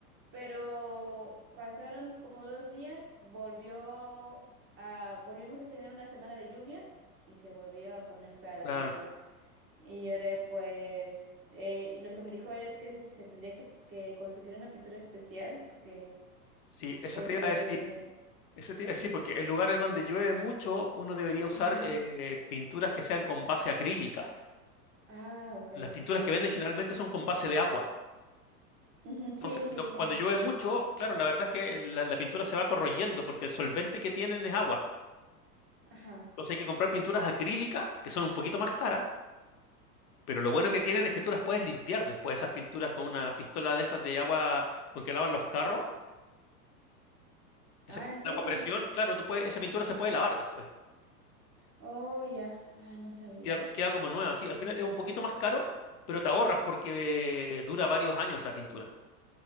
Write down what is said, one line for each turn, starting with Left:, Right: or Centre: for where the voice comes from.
Right: Pero pasaron como dos días, volvió a, volvimos a tener una semana de lluvia y se volvió a poner fea la
Left: claro.
Right: pintura. Y lloré, pues, eh, y lo que me dijo era es que se, se tendría que, que conseguir una pintura especial porque,
Left: Sí, eso
Right: porque,
Left: te iba a decir. Ese te iba a decir, porque en lugares donde llueve mucho, uno debería usar
Right: ajá,
Left: eh, pinturas que sean con base acrílica.
Right: ah, ok.
Left: Las pinturas que venden generalmente son con base de agua.
Right: Ujú,
Left: Entonces,
Right: sí, sí,
Left: cuando,
Right: sí,
Left: cuando llueve mucho, claro, la verdad es que la, la pintura se va corroyendo porque el solvente que tienen es agua.
Right: ajá,
Left: Entonces hay que comprar pinturas acrílicas, que son un poquito más caras, pero lo
Right: sí.
Left: bueno que tienen es que tú las puedes limpiar después, esas pinturas con una pistola de esas de agua con que lavan los carros, esas
Right: Ah,
Left: que
Right: ¿en
Left: tienen
Right: serio?
Left: agua a presión, claro, tú puedes, esa pintura se
Right: Ajá.
Left: puede lavar después.
Right: Oh, ya, ah, no sabía.
Left: Queda, queda como nueva, sí. Al
Right: Mm.
Left: final es un poquito más caro, pero te ahorras porque eh, dura varios años esa pintura.